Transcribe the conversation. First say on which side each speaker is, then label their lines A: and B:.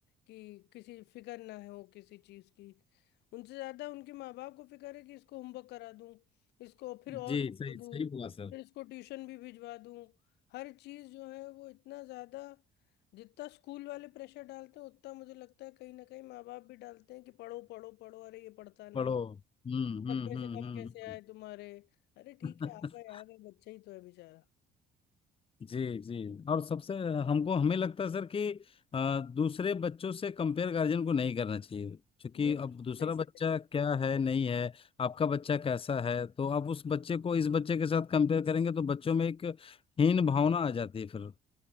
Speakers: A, on the left (about 80°); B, on the left (about 35°).
A: कि किसी फिक्र ना हो किसी चीज की उनसे ज्यादा उनके माँ बाप को फिक्र है कि इसको होमवर्क करा दूं इसको फिर और
B: जी
A: पढ़ा
B: सही
A: दूं
B: सही बोला सर
A: फिर इसको ट्यूशन भी भिजवा दूं हर चीज जो है वो इतना ज्यादा जितना स्कूल वाले प्रेशर डालते हैं उतना मुझे लगता है कहीं ना कहीं माँ बाप भी डालते हैं कि पढ़ो पढ़ो पढ़ो अरे ये पढ़ता नहीं
B: पढ़ो हम्म हम्म
A: नब्बे
B: हम्म
A: से कम
B: हम्म
A: कैसे आए तुम्हारे अरे ठीक
B: हम्म।
A: है आ
B: <laughs>
A: गए आ गए बच्चा ही तो है बेचारा
B: जी जी और सबसे हमको हमें लगता है सर कि अ, दूसरे बच्चों से कंपेयर गार्जियन को नहीं करना चाहिए क्योंकि
A: ये बिल्कुल
B: अब दूसरा
A: सही
B: बच्चा
A: कह रहे
B: क्या है नहीं है आपका बच्चा कैसा है तो आप उस बच्चे को इस बच्चे के साथ कंपेयर करेंगे तो बच्चों में एक हीन भावना आ जाती है फिर